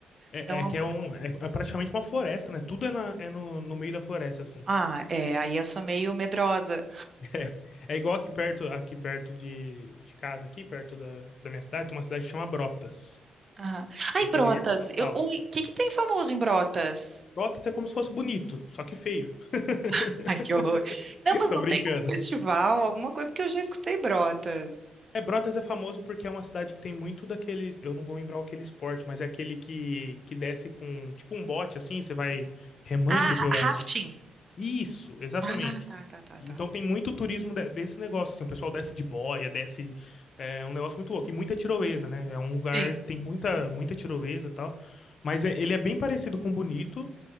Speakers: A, on the left (about 50°); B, on the right (about 35°).
A: É,
B: Então,
A: é que é um, é, é praticamente uma floresta, né? Tudo é, na- é no, no meio da floresta, assim.
B: ah, é, aí eu sou meio medrosa.
A: É, é igual aqui perto, aqui perto de, de casa, aqui perto da, da minha cidade, tem uma cidade que chama Brotas,
B: Aham. Ai,
A: é
B: Brotas,
A: interior de São
B: eu-
A: Paulo.
B: oi, o que que tem famoso em Brotas?
A: Brotas é como se fosse bonito, só que feio. <laughs>
B: <laughs> Ai, que horror. Não, mas
A: Tô
B: não
A: brincando.
B: tem um festival, alguma coisa, porque eu já escutei Brotas.
A: É, Brotas é famoso porque é uma cidade que tem muito daqueles, eu não vou lembrar aquele esporte, mas é aquele que, que desce com, tipo um bote assim, você vai remando
B: Ah,
A: pela,
B: rafting.
A: Isso, exatamente.
B: Ah, tá, tá, tá,
A: Então
B: tá.
A: tem muito turismo de- desse negócio, assim, o pessoal desce de boia, desce, é um negócio muito louco, e muita tirolesa, né? É um lugar,
B: Sim.
A: tem muita, muita tirolesa e tal, mas é- ele é bem parecido com Bonito,